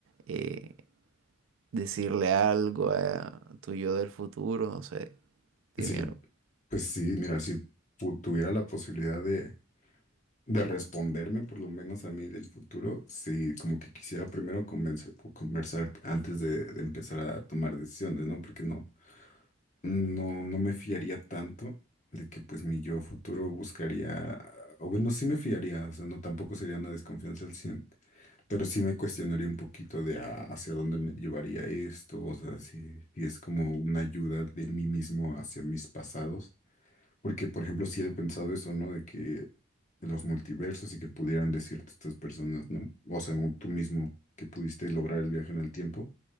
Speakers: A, on the right; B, on the left.
A: eh, decirle algo a tu yo del futuro? No sé,
B: que
A: dime
B: si la
A: algo.
B: Pues sí, mira, si pu- tuviera la posibilidad de, de responderme por lo menos a mí del futuro, sí, como que quisiera primero convencer- co- conversar antes de, de empezar a tomar decisiones, ¿no? Porque no, no, no me fiaría tanto de que pues mi yo futuro buscaría, o bueno, sí me fiaría, o sea, no tampoco sería una desconfianza al 100, pero sí me cuestionaría un poquito de ah, hacia dónde me llevaría esto, o sea, si, si es como una ayuda de mí mismo hacia mis pasados porque, por ejemplo, sí he pensado eso, ¿no? De que los multiversos y que pudieran decirte estas personas, ¿no? O sea, tú mismo que pudiste lograr el viaje en el tiempo.